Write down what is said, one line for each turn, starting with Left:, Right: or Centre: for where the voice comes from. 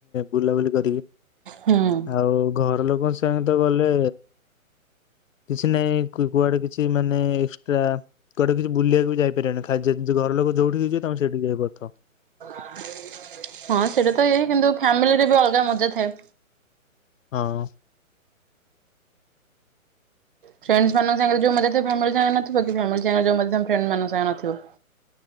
Left: ବୁଲାବୁଲି କରିକି
Right: ହୁଁ
Left: ଆଉ ଘର ଲୋକ ଏବଂ ସାଙ୍ଗ ତ ଗଲେ କିଛି ନାଇଁ କୁଆଡେ କିଛି କିଛି ମାନେ ଏକ୍ସଟ୍ରା କୋଟେ କିଛି ବୁଲିବାକୁ ବି ଯାଇପାରିବନି ଘର ଲୋକ ଯୋଉଠି ଯିବ ତ ସେଠିଯାଇ କରୁଛି
Right: <inaudible> ହଁ ସେଇଟା ତ ଇଏ କିନ୍ତୁ ଫାମିଲି ସେଥିରେ ବି ଅଲଗା ମଜା ଥାଏ।
Left: ହଁ।
Right: ପ୍ରେଣ୍ଡେସ ମାନଙ୍କସାଙ୍ଗରେ ଯୋଉ ମଜାଥିବ ଫାମିଲି ସାଙ୍ଗରେ ନଥିବ କିନ୍ତୁ ଫାମିଲି ସାଙ୍ଗରେ ଯୋଉ ମଜାଥିବ ପ୍ରେଣ୍ଡେସ ମାନଙ୍କ ନଥିବ।